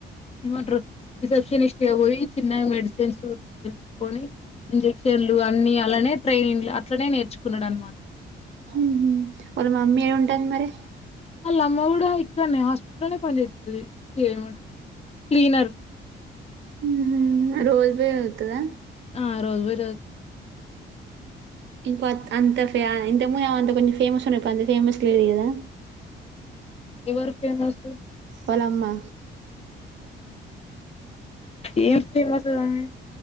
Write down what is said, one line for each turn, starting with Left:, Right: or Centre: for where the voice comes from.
Left: ఎమంట్రు రిసెప్షనిస్ట్ పోయి చిన్న మెడిసిన్స్ తెసుకొని ఇంజెక్షన్లు అన్ని అలానే ట్రైనింగ్ అట్లానే నేర్చుకున్నాడు అనమాట
Right: మ్హ్ వాళ్ళ మమ్మీ ఏ ఉంటాంది మరి
Left: లమ్మ గూడా ఇక్కనే హాస్పిటల్నే పనిజేత్తది స క్లీనర్
Right: మ్ రోజు బాయి రోజ్ ఒత్తదా
Left: ఆ రోజు బొయ్ రో
Right: ఇ అంత ఫ మూ అ కొంచం ఫేమస్ ఇప్ప అంత ఫేమస్ లేది గదా
Left: వరు ఫేమస్
Right: వాలమ్మ
Left: ఏం ఫేమస్ <unintelligible>